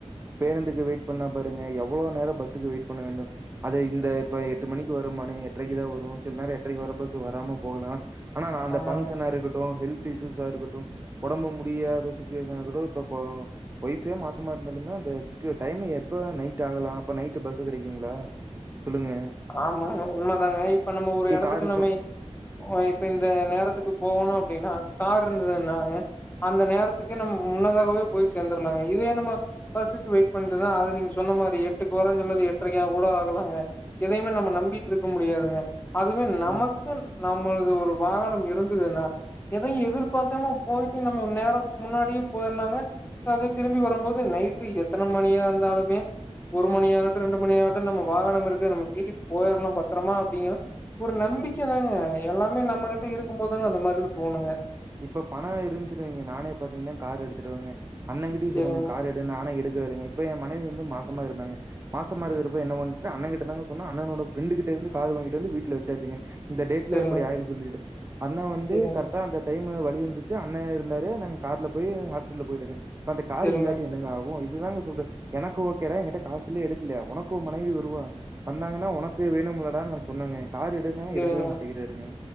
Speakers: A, on the right; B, on the left.
A: பேருந்துக்கு வெயிட் பண்ணா பாருங்க எவ்ளோ நேரோ பஸ்ஸுக்கு வெயிட் பண்ண வேண்டும் அது இந்த இப்ப எட்டு மணிக்கு வருமானுங்க எட்றைக்கு தா வரு சில நேரோ எட்றைக்கு வர பஸ்சு வராம போகலா ஆனா நா அந்த
B: ஆமாங்க
A: ஃபங்க்ஷனா இருக்கட்டு ஹெல்த் இஸ்யூஸா இருக்கட்டு உடம்பு முடியாத சுச்சுவேஷனாகட்டு இப்ப ஒய்ஃபே மாசமா இருந்தாலுமே இந்த சிச்சுவல் டைம் எப்போதா நைட் ஆகலா அப்ப நைட்டு பஸ் கெடைக்குங்ளா சொல்லுங்க
B: ஆமாங்க உண்ம தாங்க இப்ப நம்ம ஒரு
A: கே
B: இடத்துக்கு
A: காரு
B: நம்மை
A: சொன்
B: ஓ இப்ப இந்த நேரத்துக்கு போகணு அப்டின்னா கார் இருந்ததுன்னாங்க அந்த நேரத்துக்கே நம்ம முன்னதாகவே போய் சேர்ந்துருலாங்க இதே நம்ம பஸ்ஸுக்கு வெயிட் பண்றதுதா அது நீங்க சொன்ன மாரி எட்டுக்கு போறன்னு சொல்றது எட்டரைக்கா கூட ஆகலாங்க எதையுமே நம்ம நம்பிட்டுருக்க முடியாதுங்க அதுவே நமக்
A: ம்
B: கு நம்மளது ஒரு வாகனம் இருந்துதின்னா எதையு எதிர்பாக்காம போயிட்டு நம்ம நேரோ முன்னாடியே போயிரலாங்க அதுக்காகவே திரும்பி வரபோது நைட்டு எத்தன மணியா இருந்தாலுமே ஒரு மணி ஆகட்டு ரெண்டு மணி ஆகட்டு நம்ம வாகனம் இருக்கு நம்ம வீட்டுக்கு போயிரலா பத்திரமா அப்டிங்கிற ஒரு நம்பிக்கை தாங்க எல்லாமே நம்மகிட்ட இருக்கு போது தாங்க அந்த மாரிலா தோணுங்க
A: இப்ப பணம் இருஞ்ச்சுன்னு வைங்க நானே பாத்தீங்கன்னா கார் எடுத்துடுவேங்க அண்ணங்கிட்டயு
B: சேரிங்க
A: சொல்லுங்க கார் எடு நானு எடுக்கவே இல்லைங்க இப்ப எ மனைவி வந்து மாசமா இருந்தாங்க மாசமா இருக்கிறப்ப என்ன ஒன் அண்ணன் கிட்ட தாங்க சொன்னே அண்ணனோட ஃப்ரெண்டு கிட்ட இருந்து கார் வாங்கிட்டு வந்து வீட்ல வச்சாச்சுங்க இந்த டேட்ல
B: சேரிங்க
A: இப்டி ஆகிடு சொல்லிட்டு அண்ணே வந்து
B: சேரிங்க சேரிங்க
A: கரெக்டா அந்த டைம் ஆக வலி வந்துச்சு அண்ணன் இருந்தாரு நாங்க கார்ல போய் ஹாஸ்பிட்டல்ல போயிட்டங்க அப்ப அந்த கார்
B: சேரிங்க
A: இல்லாட்டி என்னங்க ஆகு இதுதாங்க சொல்றே எனக்கு ஓகேடா என்கிட்ட காசில்ல எடுக்கல உனக்கு உன் மனைவி வருவா வந்தாங்கன்னா உனக்கு வேணும்லடான்னு நா சொன்னேங்க கார் எடுன்னா
B: சேரிங்க
A: எடுக்கவே மாட்டேங்கிறாறுங்க